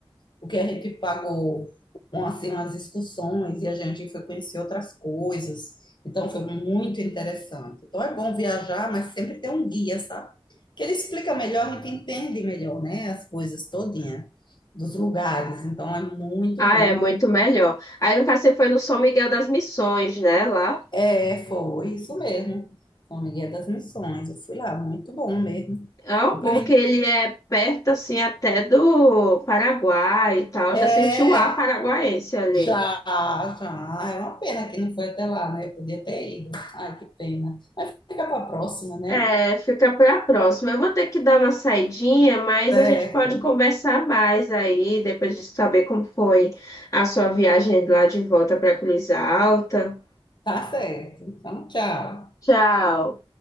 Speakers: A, on the left (about 50°); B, on the left (about 35°).
A: O que a gente pagou, um, assim, umas excursões e a gente foi conhecer outras coisas. Então foi muito interessante. Então é bom viajar, mas sempre ter um guia, sabe? Que ele explica melhor, a gente entende melhor, né? As coisas todinha dos lugares. Então é muito
B: ah,
A: bom
B: é muito melhor. Aí, no caso, você foi no São Miguel das Missões, né? Lá.
A: É, foi isso mesmo. São Miguel das Missões. Eu fui lá, muito bom mesmo.
B: Ah, o
A: Depois,
B: bom
A: a
B: que
A: gente-
B: ele é perto, assim, até do Paraguai e tal.
A: é,
B: Já senti o ar paraguaense ali.
A: já, já. Ah, É uma pena que não foi até lá, né? Eu podia ter ido. Ai, que pena. Mas fica para a próxima, né?
B: É, fica para a próxima. Eu vou ter que dar uma saidinha, mas
A: Certo.
B: a gente pode conversar mais aí, depois de saber como foi a sua viagem lá de volta para Cruz Alta.
A: Tá certo. Então, tchau.
B: Tchau.